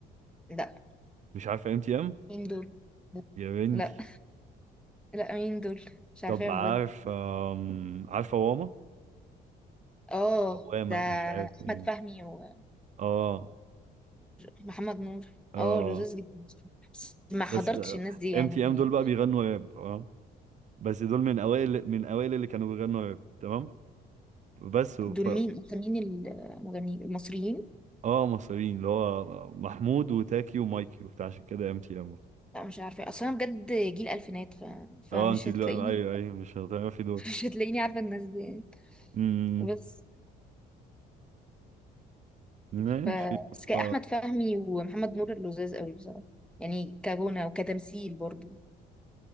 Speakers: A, in the centre; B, on the right (about 45°).
A: لا
B: مش عارفه ام تي ام
A: مين دول
B: يا بنتي
A: لا لا مين دول مش عارفاهم
B: طب عارف
A: بجد
B: آم، عارفه واما
A: اه
B: واما
A: ده
B: مش عارف
A: احمد
B: ايه
A: فهمي ونور
B: اه
A: محمد نور
B: اه
A: اه لذيذ جدا بس ما حضرتش
B: بس
A: الناس دي يعني
B: ام تي ام دول بقى بيغنوا راب اه بس دول من اوائل من اوائل اللي كانوا بيغنوا راب تمام بس ف...
A: دول مين اكتر مين المغنيين المصريين
B: اه مصريين اللي هو آه، محمود وتاكي ومايكي وبتاع عشان كده ام تي ام
A: لا مش عارفه اصلا انا بجد جيل الفينات ف... فمش
B: اه انت دلوقتي
A: هتلاقيني
B: ايوه ايوه مش هتعرفي دول
A: <laughs> مش هتلاقيني عارفه الناس دي
B: امم
A: بس
B: ماشي
A: ف بس
B: ف
A: كان احمد فهمي ومحمد نور اللزاز قوي بصراحه يعني كغنى وكتمثيل برضو